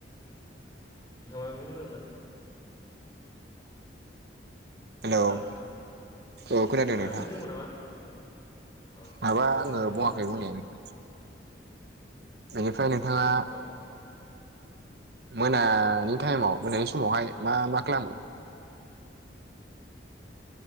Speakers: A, on the left; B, on the right.
A: नोंथांआ मायाबा बुंदोंमोन्ना
B: हेल'
A: खोनादों
B: औ खोनादों
A: माबा
B: नोंथां
A: बुंदोंमोन नामा अ
B: माबा आङो
A: सोंदोंमोन नामा
B: बङाखै
A: नोङो
B: बुंनायानो बेनिफ्राय नोंथाङा
A: अ
B: मोनानि टाइमाव मोनानि समावहाय मा मा खालामो